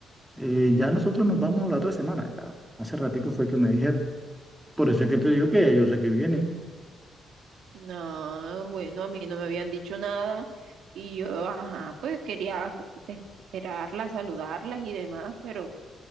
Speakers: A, in the centre; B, on the right.
A: eh, ya nosotros nos vamos la otra semana. Ya, Hace ratico fue que me dijeron. Por eso es que te digo que ya yo sé que vienen.
B: no, bueno, a mí no me habían dicho nada y yo, ajá, pues quería esperarlas, saludarlas y demás, pero...